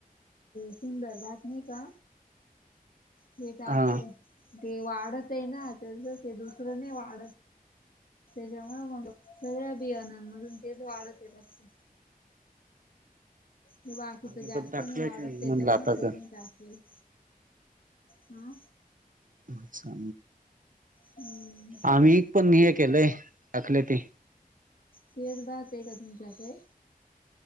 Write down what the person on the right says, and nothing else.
हा
आम्ही
पण टाकलंच
म्हणलं आता
का
अच्छा!
आम्ही पण हे केलंय टाकले ते